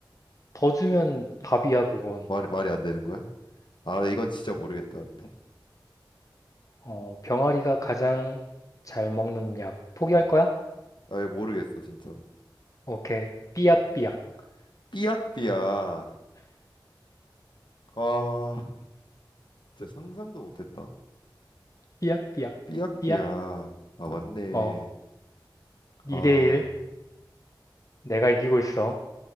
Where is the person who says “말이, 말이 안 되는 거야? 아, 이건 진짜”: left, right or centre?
Left